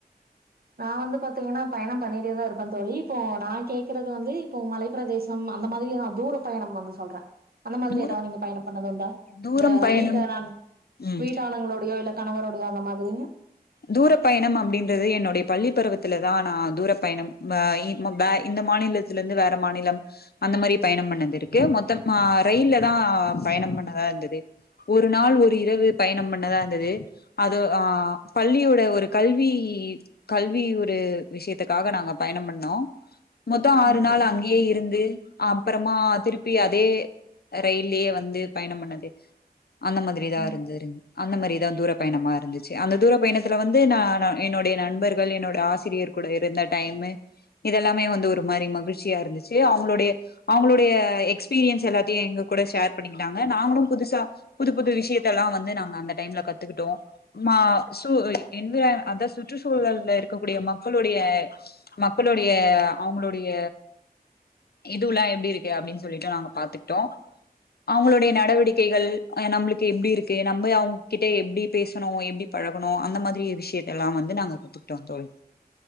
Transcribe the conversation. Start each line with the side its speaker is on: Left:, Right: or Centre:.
Right: நான் வந்து பாத்தீங்கன்னா பயணம் பண்ணிட்டேதான் இருப்பேன் தோழி இப்போ நான் கேக்குறது வந்து இப்போ மலைப்ப பிரதேசம் அந்த மாதிரி நான் தூர பயணம் வந்து சொல்றேன் அந்த மாதிரி
Left: தூரம்
Right: ஏதாவது நீங்க பயணம் பண்ணதும்ண்டா
Left: தூரம்
Right: உங்க
Left: பயணம்
Right: வீட்ட
Left: ம்
Right: வீட்டாளங்களுடையோ இல்ல கணவருடைய அந்த மாதிரி
Left: தூர பயணம் அப்படின்றது என்னுடைய பள்ளி பருவத்துலதான் நான் தூர பயணம் ஆஹ் இந்த மாநிலத்தில இருந்து வேற மாநிலம் அந்த மாரி பயணம் பண்ணது இருக்கு மொத்தம் ஆஹ் ரயில்ல தான் பயணம் பண்ணதா இருந்தது ஒரு நாள் ஒரு இரவு பயணம் பண்ணதா இருந்தது அதுதோ ஆஹ் பள்ளியோட ஒரு கல்வி கல்வி ஒரு விஷயத்துக்காக நாங்க பயணம் பண்ணோம் மொத்தம் ஆறு
Right: ம்
Left: நாள் அங்கேயே இருந்து அப்புறமா திருப்பி அதே ரயிலயே வந்து பயணம் பண்ணது அந்த மாதிரி தான்
Right: ம்
Left: இருந்து இருந்தாரு அந்த மாரிதான் தூர பயணமா இருந்துச்சு அந்த தூர இப்பயணத்துல வந்து ந என்னுடைய நண்பர்கள் என்னோட ஆசிரியர் கூட இருந்த டைமு இதெல்லாமே வந்து ஒரு மாரி மகிழ்ச்சியா இருந்துச்சு அவங்களுடைய அவங்களுடைய எக்ஸ்பீரியன்ஸ் எல்லாத்தையும் எங்க கூட ஷேர் பண்ணிக்கிட்டாங்க நாங்களும் புதுசா புது புது விஷயத்தல்லாம் வந்து நாங்க அந்த டைம்ல கத்துக்கிட்டோம் ம்மா சு என்விரய் அத சுற்றுச்சூழல இருக்கக்கூடிய மக்களுடைய மக்களுடைய அவங்களுடைய இதுல்லாம் எப்படி இருக்கு எப்டின்னு சொல்லிட்டு நாங்க பாத்துட்டோம் அவங்களுடைய நடவடிக்கைகள் நம்மளுக்கு எப்டி இருக்கு நம்ம அவங்க கிட்ட எப்டி பேசணும் எப்டி பழகணும் அந்த மாரி விஷயத்த எல்லாம் வந்து நாங்க கத்துக்கிட்டோம் தோழி